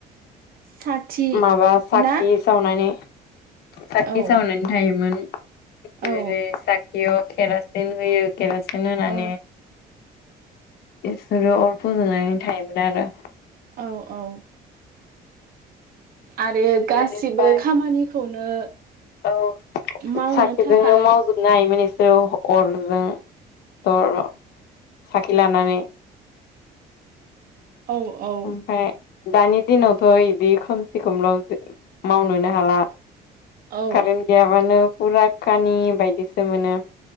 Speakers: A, on the right; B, on the left.
A: साथि
B: माबा साखि
A: ना
B: सावनानै साखि
A: औ
B: सावनायनि थायोमोन जेरै
A: औ
B: साखियाव केरसिन होयो केरासिन बि होनानै
A: औ
B: बिसोरो अर फोजोबनानै थायोमोन आरो
A: औ औ आरो गासिबो
B: बेनिफ्राय
A: खामानिखौनो
B: औ
A: मावनो
B: साखिजोंनो
A: थाखाय
B: मावजोब नायोमोन बिसोरो अरजों अर साखि लानानै
A: औ औ
B: ओमफफ्राय दानि दिनावथ' बिदि खोमसि खोमलाव मावनोनो हाला
A: औ
B: कारेन्ट गैयाबानो फुरा खानि बायदिसो मोनो